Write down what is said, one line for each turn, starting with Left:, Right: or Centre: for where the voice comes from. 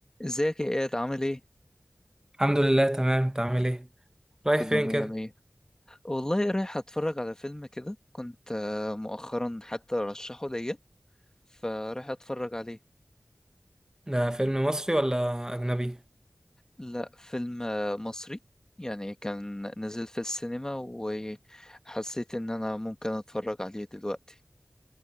Left: ازيك يا اياد عامل ايه؟
Right: الحمد لله تمام انت عامل ايه رايح
Left: كله
Right: فين
Left: مية
Right: كده
Left: مية والله رايح اتفرج على فيلم كده كنت آه، مؤخرا حتى رشحه ليا فرايح اتفرج عليه
Right: ده فيلم مصري ولا اجنبي
Left: لا فيلم آه، مصري يعني كان نزل في السينما وحسيت ان انا ممكن اتفرج عليه دلوقتي